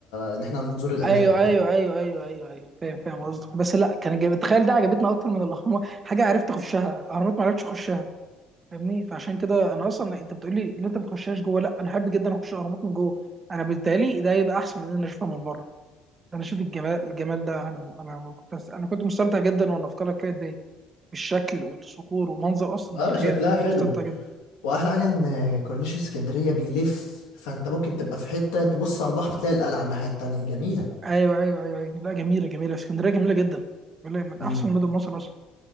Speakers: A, on the left; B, on the right.
A: ان احنا نزور الاماكن
B: ايوه
A: وكده
B: ايوه ايوه ايوه ايوه ايوه فاهم فاهم قصدك بس لا كان جاب تخيل ده عجبتنا اكتر من الاهرامات حاجه عرفت اخشها اهرامات ما عرفتش اخشها فاهمني فعشان كده انا اصلا انت بتقول لي ان انت ما تخشهاش جوه لا انا احب جدا اخش الاهرامات من جوه انا بالتالي ده يبقى احسن من ان انا اشوفها من بره ده انا اشوف الجمال الجمال ده انا انا كنت انا كنت مستمتع جدا وانا في قلعه قايتباي بالشكل والصخور ومنظر اصلا
A: اه
B: الحاجات
A: شكلها
B: كنت
A: حلو
B: مستمتع جدا
A: واحلى حاجه ان كورنيش اسكندريه بيلف فانت ممكن تبقى في حته تبص على البحر تلاقي القلعه على الناحيه التانيه جميله
B: ايوه ايوه ايوه ايوه لا جميله جميله اسكندريه جميله جدا بيقول لك من
A: امم
B: احسن مدن مصر اصلا